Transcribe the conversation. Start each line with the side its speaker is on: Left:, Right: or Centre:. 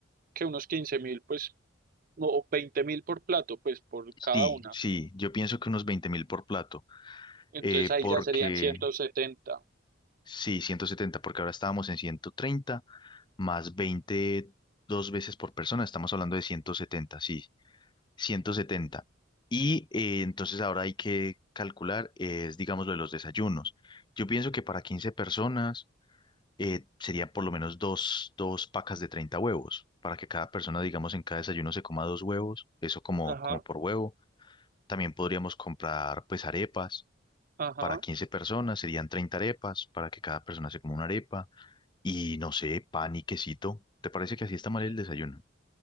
Right: que unos quince mil, pues, no, o veinte mil por plato, pues, por
Left: Sí,
Right: cada una.
Left: sí, yo pienso que unos veinte mil por plato.
Right: Entonces
Left: eh,
Right: ahí
Left: porque,
Right: ya serían ciento setenta
Left: sí, 170 porque ahora estábamos en 130. más 20 dos veces por persona, estamos hablando de ciento setenta sí, ciento setenta Y eh, entonces ahora hay que calcular, es, digamos, lo de los desayunos. Yo pienso que para quince personas eh, sería por lo menos dos, dos pacas de 30 huevos, para que cada persona, digamos, en cada desayuno se coma dos huevos, eso como,
Right: Ajá,
Left: como por huevo. También podríamos comprar, pues, arepas.
Right: ajá.
Left: Para 15 personas serían 30 arepas, para que cada persona se coma una arepa. Y no sé, pan y quesito. ¿Te parece que así está mal
Right: sí.
Left: el desayuno?